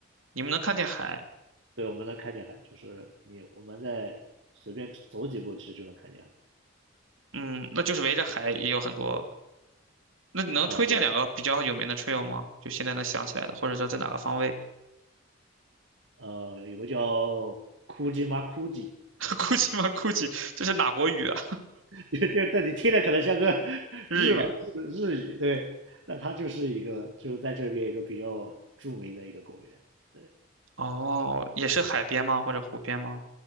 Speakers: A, on the right (about 85°); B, on the right (about 70°).
A: 你们能看见海，
B: 对我们能看见海，就是你我们在随便走几步，其实就能看见海。
A: 嗯，那就是围着海也有很多。那你能推荐两个比较有名的
B: 啊，对，
A: trail 吗？就现在能想起来的，或者说在哪个方位
B: 呃，有个叫库吉马库吉，
A: <laughs>？Gucci 吗？Gucci 这是哪国语啊？
B: <laughs> 就但你听着可能像个 <laughs>
A: 日语。
B: 日吧日日语，对，那它就是一个就是在这边一个比较著名的一个公园，对，
A: 哦，也是海边吗？或者湖边吗？